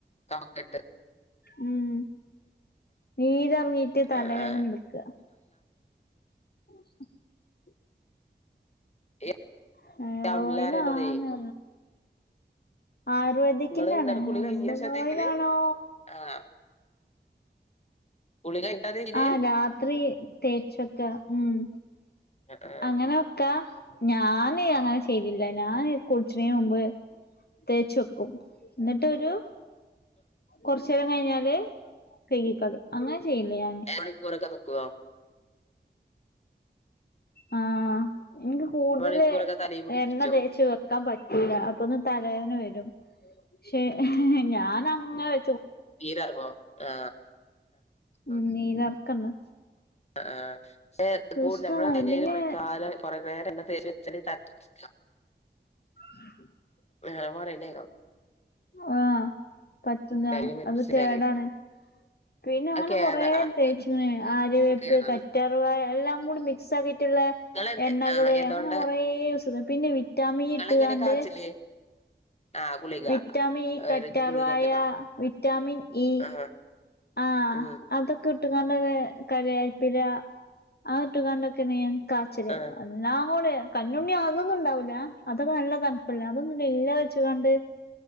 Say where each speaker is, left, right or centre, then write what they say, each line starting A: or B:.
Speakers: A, on the left; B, on the left.
A: കഫ ക്കെട്ട്
B: ഉം നീരെറങ്ങീട്ട് തലവേദനട്ക്ക..
A: ആഹ്
B: ആഹ..
A: ഈ
B: ഹേറോയിലാണ്
A: അമ്ല പറയണതേ
B: ആയുർവേദിക്കിന്റെ
A: ഇങ്ങള്
B: ആണ്
A: ന്നട്ട് കുളി
B: ഹെർബൽ
A: കഴിഞ്ഞേശാ
B: ഓയിലാണോ
A: തേക്കല് ആഹ് കുളി കഴിഞ്ഞിട്ടാ തിരിഞ്ഞ്
B: ആഹ രാത്രി തേച്ചൊക്കെ ഉം.
A: ആഹ്
B: അങ്ങനെ വക്കാ ഞാന് അങ്ങനെ ചെയ്തില്ല ഞാന് കുടിച്ചണിന് മുമ്പ്. തേച്ച് വെക്കും ന്നട്ട് ഒരു. കൊർച്ചേരം കഴിഞ്ഞാല് കഴ്കി കളയും അങ്ങനെ ചെയ്യല് ഞാന്.
A: എ മണിക്കൂറൊക്കെ നിക്കോ
B: ആ ഇൻക്ക് കൂടുതല്
A: അരമണിക്കൂറൊക്കെ തലയിൽ പിടിപ്പിച്ചോ
B: എണ്ണ തേച്ച് വെക്കാൻ പറ്റുല അപ്പൊന്ന്. തലവേദന വരും പക്ഷേ ഞാന ങ്ങനെ വെ
A: നീരർങ്ങോ ആ
B: ഉം
A: <inaudible>
B: നീലർക്കണ്ട്
A: ആ ആ ക്ഷേ
B: കൃഷ്ണതാണ്
A: കൂ നങ്ങള തലേല്
B: പിന്നെ
A: കൊറെ കാലം കൊറെ പേ എണ്ണ തേച്ച് വെച്ചി നേ <unintelligible>
B: ആ
A: ആ പറിണേ ക്കാ
B: ആ പറ്റുല
A: തലയിങ്ങനെ
B: അത്
A: പിടിച്ചാലേ
B: കേടാണ്. പിന്നെ അങ്ങനെ
A: അത് കേടാ
B: കൊറെ
A: ആഹ് ഇങ്ങക്ക്
B: തേച്ച് ന് ആരിവേപ്പ്
A: കേടാണ്
B: കറ്റാർവായ എല്ലാം കൂടി മിക്സ് ആ ട്ട്ള്ള
A: ഇങ്ങള്
B: എണ്ണകള്
A: ആഹ് എന്തുകൊണ്ടാ
B: അങ്ങനെ കുറെ സുഖം പിന്നെ വിറ്റാമി
A: ഇങ്ങളെങ്ങനെ
B: ഇട്ട്കാണ്ട്.
A: കാച്ചല് ആഹ് ഗുളിക
B: വിറ്റാമിൻ ഇ കറ്റാർവായ
A: ഒരു ഗുളികണ്ടല്ലോ
B: വിറ്റാമിൻ ഇ.
A: ആഹ്
B: ആ
A: ഉം
B: അതൊക്കെ. ഇട്ടുകാണ്ട് വേ കരേൽപ്പില അഹ് ഇട്ട് കാണ്ടൊക്കെണ് ഞാൻ കാച്ചല്
A: ആഹ്
B: അല്ലാ കൂടെ കഞ്ഞുണ്ണി അതൊന്നും ഉണ്ടാവൂല അതൊക്കെ നല്ല തണ്പ്പല്ലേ അതൊന്നുംല്ല ഇല്ല വെച്ച് കാണ്ട്.